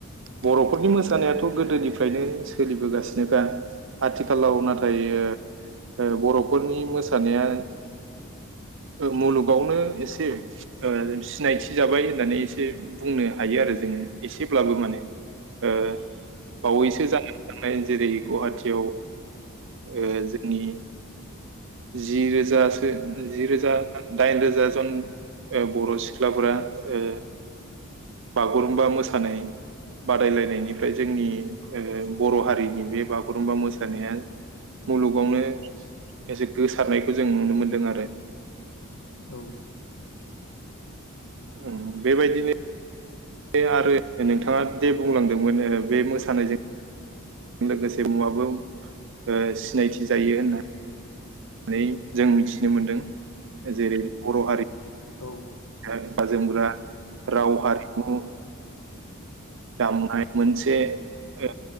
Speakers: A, on the right; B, on the left.
A: बर'फोरनि मोसानायाथ' गोदोनिफ्रायनो सोलिबोगासिनोखा आथिखालाव
B: औ
A: नाथाय ओ बर'फोरनि मो‌ सानाया ओ मुलुगावनो एसे ओ सिनायथि जाबाय होननानै एसे बुंनो हायो आरो जोङो एसेब्लाबो माने ओ बावैसो जानानै थांनाय जेरै गुवाहाटियाव ओ जोंनि जिरोजासो जि रोजा दाइन रोजा जन बर' सिख्लाफोरा ओ बागुरुमबा मोसानाय बादायलायनायनिफ्राय जोंनि ओ बर' हारिनि बे बागुरुमबा मोसानाया मुलुगावनो एसे गोसारनायखौ जों नुनो मोनदों आरो ।
B: औ ।
A: ओम बेबायदिनो <unintelligible> आरो नोंथाङा जे बुंलांदोंमोन ओ बे मोसानायजों लोगोसे मुआबो ओ सिनायथि जायो होनना नै जों मिथिनो मोनदों । जेरै बर' हारि
B: औ ।
A: गानग्रा जोमग्रा राव हारिमु दामनाय मोनसे ओ